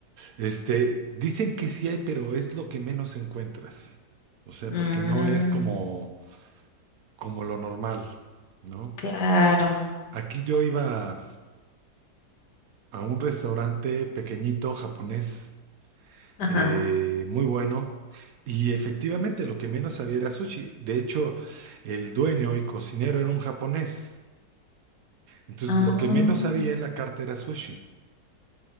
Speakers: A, on the right (about 65°); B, on the left (about 75°).
A: este, dicen que sí hay, pero es lo que menos encuentras. O sea,
B: Mm,
A: porque no es como, como lo normal, ¿no?
B: claro.
A: Aquí yo iba a un restaurante pequeñito japonés
B: Ajá.
A: eh, muy bueno. Y efectivamente lo que menos había era sushi. De hecho, el dueño y cocinero era un japonés. Entonces,
B: Ah,
A: lo que menos había en la carta era sushi.